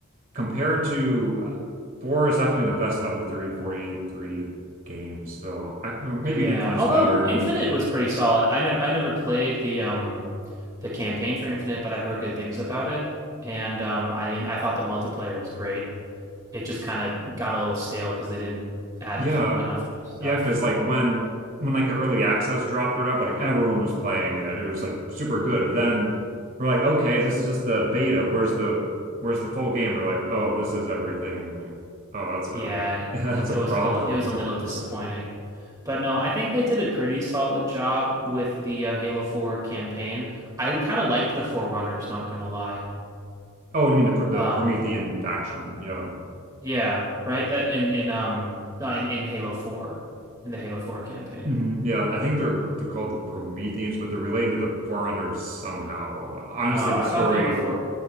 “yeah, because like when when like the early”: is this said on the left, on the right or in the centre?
Right